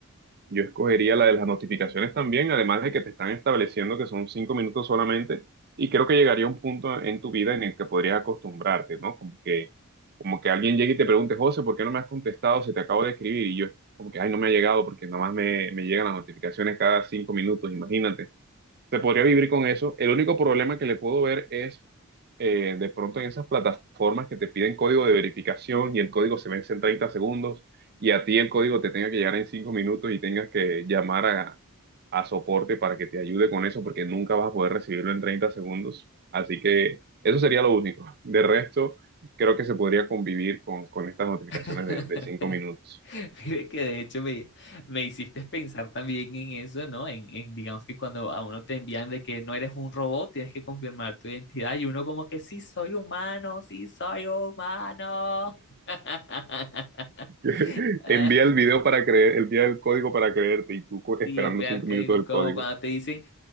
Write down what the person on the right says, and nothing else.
yo escogería la de las notificaciones también, además de que te están estableciendo que son cinco minutos solamente, y creo que llegaría un punto en tu vida en el que podrías acostumbrarte, ¿no? Como que, como que alguien llegue y te pregunte, José, ¿por qué no me has contestado? Se te acabo de escribir, y yo como que, ay, no me ha llegado porque nada más me, me llegan las notificaciones cada cinco minutos, imagínate. Se podría vivir con eso. El único problema que le puedo ver es eh, de pronto en esas plataformas que te piden código de verificación y el código se vence en 30 segundos y a ti el código te tenga que llegar en 5 minutos y tengas que llamar a, a soporte para que te ayude con eso porque nunca vas a poder recibirlo en 30 segundos. Así que eso sería lo único. De resto, creo que se podría convivir con, con estas notificaciones
de, de 5 minutos.
<laughs> Envía el video para creer, envía el código para creerte y tú co-
esperando
5
minutos
el
código.